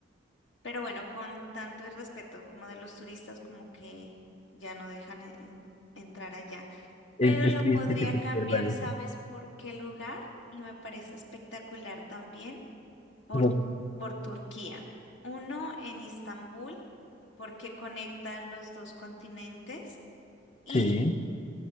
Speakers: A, on the left; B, on the left.
A: pero bueno, con tanto irrespeto como de los turistas, como que ya no dejan en- en- entrar allá.
B: Es,
A: Pero
B: es
A: lo
B: triste
A: podría
B: que te
A: cambiar,
B: pierda eso.
A: ¿sabes por qué lugar? Y me parece espectacular también. por,
B: no,
A: por Turquía, uno en Istambul, porque conecta los dos continentes, y
B: Sí.